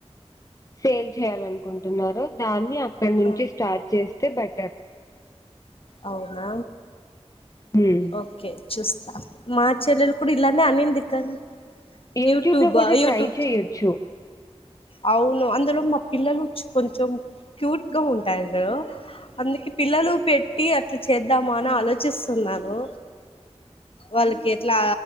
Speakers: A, on the left (about 30°); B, on the left (about 55°).
A: సేల్ చేయాల అనుకుంటున్నారు దాన్ని అ అక్కడ నుంచి
B: ఆ
A: స్టార్ట్ చేస్త బెట్టర్
B: అవునా
A: హ్మ్
B: ఓకే చూస్తా మా చెల్లెలు కూడా ఇలానేే అనింది కానీ
A: యూట్యూబ
B: యూట్యూబా
A: లో కూడా
B: యూట్యూబ్
A: ట్రై చేయొచ్చు
B: అవును అందులో మా పిల్లలు కొంచెం క్యూట్ గా ఉంటారు అందుకే పిల్లలు పె టి అట్లా చేద్దామా అని ఆలోచిస్తున్నాను వాళ్ళకి ఎట్లా